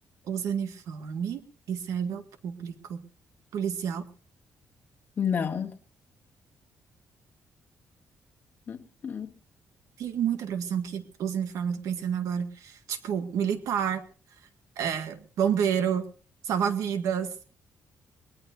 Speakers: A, on the right; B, on the left.
A: usa uniforme e serve ao público. Policial.
B: Não. Hum, hum.
A: Tem muita profissão que usa uniforme, eu tô pensando agora. Tipo, militar, é, bombeiro, salva-vidas.